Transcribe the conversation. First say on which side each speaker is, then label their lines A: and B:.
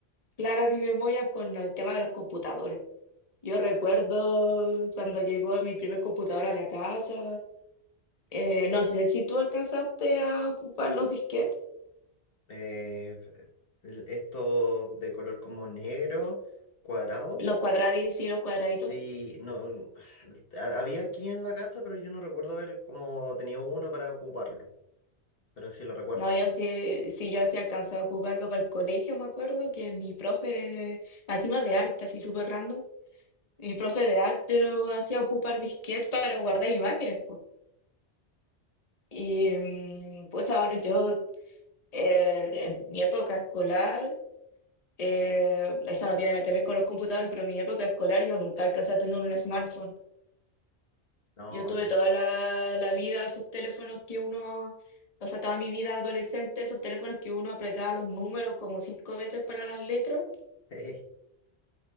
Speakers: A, on the left (about 35°); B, on the left (about 55°).
A: clara mi memoria es con el tema de los computadores. Yo recuerdo cuando llegó mi primer computador a la casa, eh, no sé si tú alcanzaste a ocupar los disquetes,
B: Eh, el- esto de color como negro, cuadrado,
A: los cuadraditos, sí, los cuadraditos.
B: sí, no, ha- había aquí en la casa, pero yo no recuerdo haber como tenido uno para ocuparlo, pero sí lo recuerdo.
A: No, yo sí, sí, yo sí alcanzaba a ocuparlo para el colegio, me acuerdo que mi profe, encima de arte, así súper random, mi profe de arte lo hacía ocupar disquete para guardar imágenes, pues. Y mm, pues ahora yo, eh, en mi época escolar, eh, eso no tiene nada que ver con los computadores, pero en mi época escolar yo nunca alcancé a tener un smartphone.
B: No,
A: Yo tuve toda la, la vida esos teléfonos que uno, o sea, toda mi vida adolescente, esos teléfonos que uno apretaba los números como cinco veces para las letras.
B: <laughs>